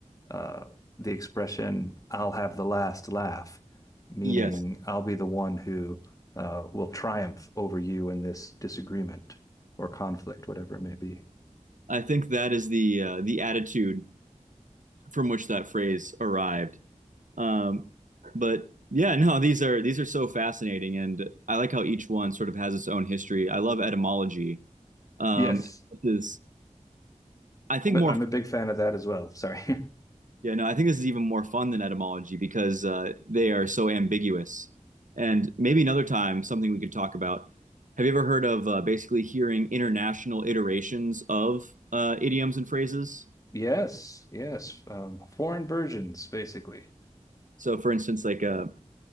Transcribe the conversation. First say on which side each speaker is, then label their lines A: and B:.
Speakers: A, on the left; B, on the right.
A: uh, the expression "I'll have the last laugh," meaning
B: Yes.
A: I'll be the one who uh, will triumph over you in this disagreement or conflict, whatever it may be.
B: I think that is the uh, the attitude from which that phrase arrived. Um, but yeah, no, these are these are so fascinating, and I like how each one sort of has its own history. I love etymology. Um,
A: Yes,
B: this is I think
A: I'm
B: more
A: a big fan of that as well. Sorry. <laughs>
B: yeah no I think this is even more fun than etymology because uh, they are so ambiguous. And maybe another time something we could talk about. Have you ever heard of uh, basically hearing international iterations of uh, idioms and phrases?
A: Yes, yes. Um, foreign versions, basically.
B: So, for instance, like a